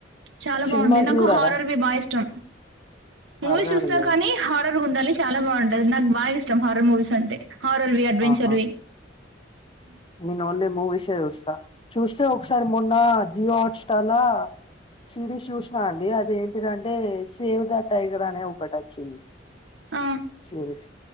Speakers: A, on the right; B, on the left.
A: చాలా
B: సినిమాస్
A: బాగుంటయి నాకు
B: చూడారా
A: హారర్వి బాగిష్టం మూవీస్
B: హర్రర్
A: చూస్తా
B: యా
A: కానీ హార్ హారర్ గుండాలి చాలా బాగుంటది నాకు బాగిష్టం హారర్ మూవీస్ అంటే హారర్ వి అడ్వెంచర్వి
B: ఆహా నేను ఓన్లీ మూవీసే చూస్తా చూస్తే ఒక్సారి మొన్న జియో హాట్ స్టార్ ల సిరీస్ చూసిన అండి అదేంటిదంటే సేవ్ ద టైగర్ అనే ఒకటి వచ్చింది
A: ఆ!
B: శీష్